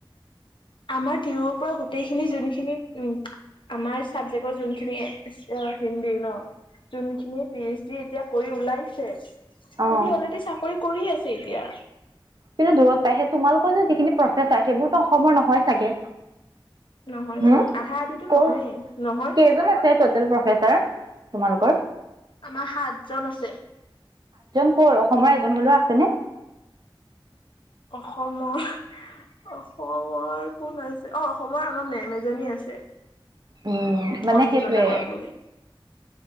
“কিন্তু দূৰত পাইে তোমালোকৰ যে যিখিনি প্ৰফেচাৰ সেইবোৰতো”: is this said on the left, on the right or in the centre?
Right